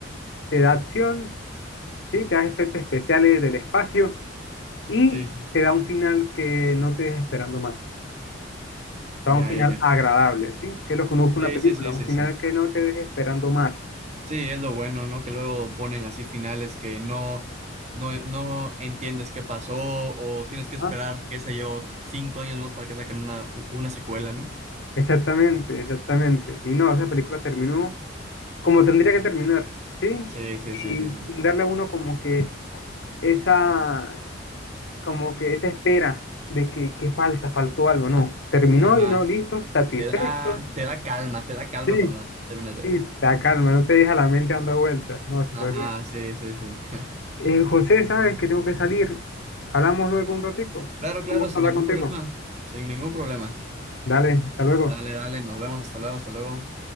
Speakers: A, on the left (about 65°); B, on the right (about 35°).
A: te da acción, Sí, te da efectos especiales del espacio y
B: Sí, sí.
A: te da un final que no te dejes esperando más. Te
B: Ya,
A: da un final
B: ya, ya.
A: agradable, ¿sí? Que es lo que uno busca
B: Sí,
A: en una película,
B: sí, sí,
A: un
B: sí,
A: final
B: sí.
A: que no te deje esperando más.
B: Sí, es lo bueno, ¿no? Que luego ponen así finales que no, no, no entiendes qué pasó o tienes
A: Ajá.
B: que esperar, qué sé yo, cinco años más para que saquen una, una secuela, ¿no?
A: Exactamente, exactamente. Y no, esa película terminó como tendría que terminar, ¿sí?
B: Sí, sí,
A: Y
B: sí, sí, sí.
A: sin darle a uno como que esa, como que esa espera de que, que falta, faltó algo, no. Terminó
B: Ajá.
A: y no, listo, satisfecho.
B: Te da, te da calma, te da calma
A: Sí,
B: cuando la terminas de
A: sí,
B: ver.
A: te calma, no te deja la mente dando vueltas. No, súper
B: Ajá,
A: bien.
B: sí, sí, sí. <laughs>
A: Eh, José, sabes que tengo que salir. Hablamos luego un ratico.
B: Claro, claro,
A: Un gusto
B: sin
A: hablar
B: ningún
A: contigo.
B: problema, sin ningún problema.
A: Dale, hasta luego.
B: Dale, dale, nos vemos, hasta luego, hasta luego.